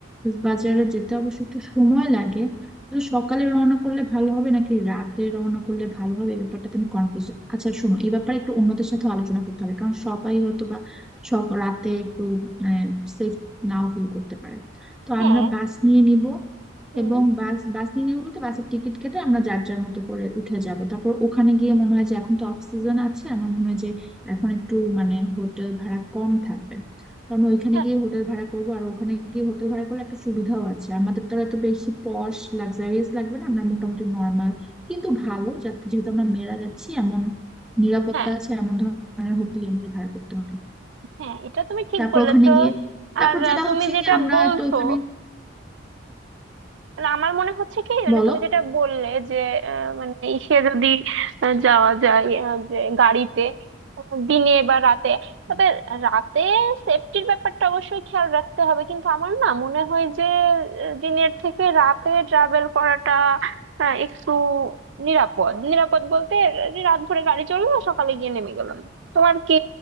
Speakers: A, in the centre; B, on the right.
A: বাজারে যেতে অবশ্য একটু সময় লাগে তো সকালে রওনা করলে ভালো হবে নাকি রাতে রওনা করলে ভালো হবে এই ব্যাপারটা তুমি কনফিউজ আচ্ছা শোনো এই ব্যাপারে একটু অন্যদের সাথে আলোচনা করতে হবে কারণ সবাই হয়তো সক রাতে একটু মানে সেফ নাও ফিল করতে পারে তো
B: হ্যাঁ
A: আমরা বাস নিয়ে নিব
B: হুম,
A: এবং বাস বাস নিয়ে নিবো বলতে বাসের টিকিট কেটে আমরা যার যার মতো করে উঠে যাব তারপর ওখানে গিয়ে মনে হয় যে এখন তো অফ সিজন আছে আমার মনে হয় যে এখন একটু মানে হোটেল ভাড়া কম থাকবে তো আমরা ওইখানে
B: হ্যাঁ
A: গিয়ে হোটেল ভাড়া করব আর ওখানে গিয়ে হোটেল ভাড়া করলে একটা সুবিধাও আছে আমাদের দ্বারা তো আর এত বেশি পশ লাক্সারিয়াস লাগবে না আমরা মোটামুটি নর্মাল কিন্তু ভালো যাতে যেহেতু আমরা মেয়েরা যাচ্ছি এমন নিরাপত্তা
B: হ্যাঁ
A: আছে এমন ধরনের হোটেল আমাদের ভাড়া করতে হবে
B: হ্যাঁ এটা তুমি ঠিক
A: তারপর
B: বলেছো
A: ওখানে গিয়ে তারপর
B: আর
A: যেটা
B: আহ, তুমি
A: হচ্ছে
B: যেটা
A: কি আমরা
B: বলছো
A: একটু ওখানে
B: মানে আমার মনে হচ্ছে কি মানে
A: বলো
B: তুমি যেটা বললে যে আহ, মানে ইসে যদি আহ, যাওয়া যায় আহ, যে গাড়িতে আহ, দিনে বা রাতে তবে রাতে সেফটির ব্যাপারটা অবশ্যই খেয়াল রাখতে হবে কিন্তু আমার না মনে হয় যে আহ, দিনের থেকে রাতে ট্রাভেল করাটা আহ, একটু নিরাপদ নিরাপদ বলতে যে রাত ভোরে গাড়ি চললো সকালে গিয়ে নেমে গেলাম তোমার কি